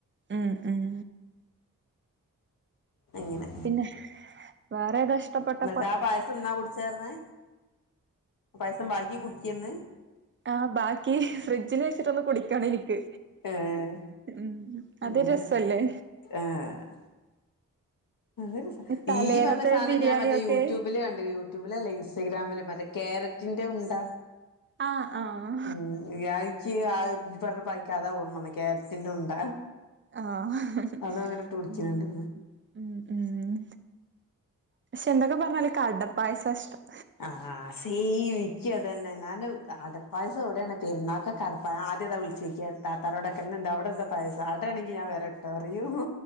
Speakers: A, on the right (about 35°); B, on the left (about 80°).
A: ഉം ഉം
B: അങ്ങനെ.
A: പിന്നെ വേറെ ഏതാ ഇഷ്ടപ്പെട്ട
B: ഇന്നട്ട് ആ പായസം ഇന്നാ കുടിച്ചേ അർന്ന് ആ പായസം ബാക്കി കുടിക്ക്യെ ഇന്ന്.
A: ആഹ് ബാക്കി ഫ്രിഡ്ജില് വെച്ചിട്ടൊന്ന് കുടിക്കണം എനിക്ക്.
B: ഏഹ്
A: ഉം
B: അങ്ങനെ
A: അത് രസല്ലെ
B: ആഹ് അത് രസാ.
A: തലേന്നത്തെ
B: ഈ പറഞ്ഞ സാനം
A: ബിരിയാണിയൊക്കെ
B: ഞാൻ മറ്റേ യൂട്യൂബില് കണ്ട്. യൂട്യൂബിലല്ല ഇൻസ്റ്റാഗ്രാമില് മറ്റെ ക്ക്യേരറ്റിന്റെ ഉണ്ട
A: ആഹ് ആഹ്
B: ഉം. വ്യാഴിച്ച് ആഹ് ഇ പറഞ്ഞപ്പാരിക്ക് അതാ ഓർമ്മ വന്നെ. ക്ക്യേരറ്റിന്റെ ഉണ്ട.
A: ആഹ്
B: അതും അങ്ങനെ ഇട്ട് കുടിക്കുന്നുണ്ട്
A: ഉം ഉം ഉം പക്ഷെ എന്തൊക്കെ പറഞ്ഞാലും ഇക്കടപ്പായസ ഇഷ്ടം.
B: ആഹ്. ആഹ്. സെയിം. ഇക്ക്യും അതന്നെ. ഞാൻ അടപ്പായസം എവിടേണ് പെരുന്നാക്കൊക്കെ അടപ്പായ ഞാ ആദ്യതാണ് വിളിച്ചോയ്ക്ക താത്താരോടൊക്കെ ഇന്നെന്താ അവിടെന്ത പായസം. അടേണെങ്കി ഞാൻ വരാ രട്ടറിയൂ